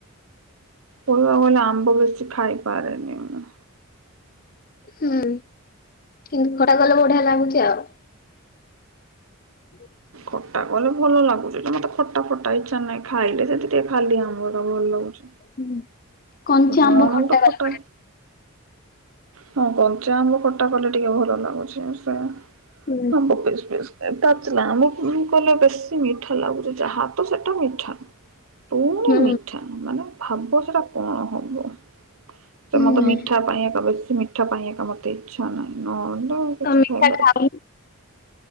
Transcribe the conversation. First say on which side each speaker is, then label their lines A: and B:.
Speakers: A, on the right (about 70°); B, on the left (about 40°).
A: କହିବାକୁ ଗଲେ ଆମ୍ବ ବେଶି ଖାଇପାରେନି ମୁଁ।
B: ହୁଁ। କିନ୍ତୁ ଖଟା କଲେ ବଢିଆ ଲାଗୁଚି ଆଉ। ହଁ
A: ଖଟା କଲେ ଭଲ ଲାଗୁଚି। ମତେ ଖଟା ଫଟା ଇଚ୍ଛା ନାହିଁ। ଖାଇଲେ ସେ ଟିକେ ଖାଲି ଆମ୍ବ ଟା ଭଲ ଲାଗୁଚି।
B: ହୁଁ କଞ୍ଚା
A: ମୁଁ
B: ଆମ୍ବ
A: ତ
B: କଲେ
A: ଖଟା ହଁ କଞ୍ଚା ଆମ୍ବ ଖଟା କଲେ ଟିକେ ଭଲ ଲାଗୁଚି। ସେ
B: ହୁଁ।
A: ଆମ୍ବ ପିସ୍ ପିସ୍, ପାଚିଲା ଆମ୍ବ କଲେ ବେଶୀ ମିଠା ଲାଗୁଚି। ଯାହା ତ ସେଟା ମିଠା। ପୁଣି
B: ହୁଁ
A: ମିଠା ମାନେ ଭାବ ସେଟା କଣ ହବ। ସେ
B: ହୁଁ
A: ମତେ ମିଠା ପାଇଁ ଏକା ବେଶି ମିଠା ପାଇଁ ଏକା ମତେ ଇଚ୍ଛା ନାହିଁ। ନହେଲେ କିଛି
B: ତମେ ମିଠା
A: ଖାଇବାର।
B: ଖାଉନ?